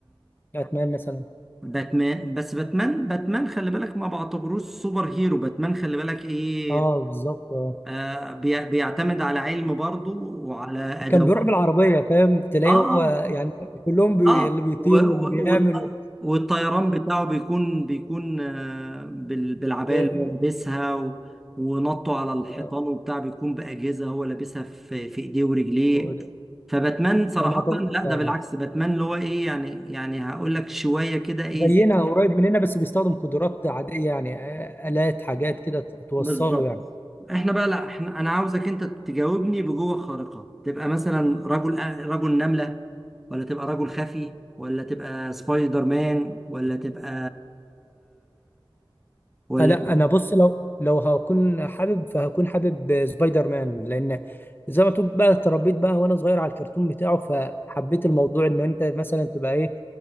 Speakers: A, on the left (about 20°); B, in the centre.
A: باتمان مثلا
B: باتمان بس باتمان باتمان خلي بالك ما بعتبروش سوبر هيرو باتمان خلي بالك ايه
A: اه بالظبط اه
B: آه بي- بيعتمد على علم برضه وعلى ادوات
A: كان بيروح بالعربية فاهم تلاقيه
B: اه اه
A: هو يعني كلهم بي...
B: آه،
A: اللي بيطير
B: و- و-
A: واللي بيعمل
B: والط-
A: و...
B: والطيران بتاعه بيكون بيكون آه بال- بالعباية
A: ب...
B: اللي هو لابسها و- ونطه على الحيطان
A: آه،
B: وبتاع بيكون بأجهزة هو لابسها في في ايديه ورجليه
A: هو ده.
B: فباتمان صراحة
A: انا مع طب...
B: لا ده
A: يعني
B: بالعكس باتمان اللي هو ايه يعني يعني هقول لك شوية كده ايه
A: زينا قريب مننا بس بيستخدم قدرات عادية يعني آه، آلات حاجات كده ت- توصله
B: بالظبط
A: يعني
B: احنا بقى لا احنا انا عاوزك انت تجاوبني بجوه خارقة تبقى مثلا رجل رجل نملة ولا تبقى رجل خفي ولا تبقى سبايدر مان ولا تبقى ولا
A: آه، لا
B: تبقى
A: انا بص لو لو هكون حابب فهكون حابب سبايدر مان لان زي ما تقول بقى اتربيت بقى وانا صغير على الكرتون بتاعه فحبيت الموضوع ان انت مثلا تبقى ايه